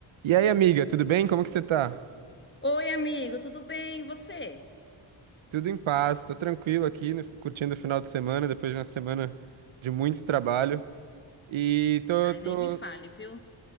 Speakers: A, on the right (about 85°); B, on the left (about 25°).
A: E aí, amiga, tudo bem? Como que você tá?
B: Oi, amigo, tudo bem? E você?
A: Tudo em paz, tô tranquilo aqui, no- curtindo o final de semana, depois de uma semana de muito trabalho. E tô,
B: Ai,
A: tô,
B: nem me fale, viu?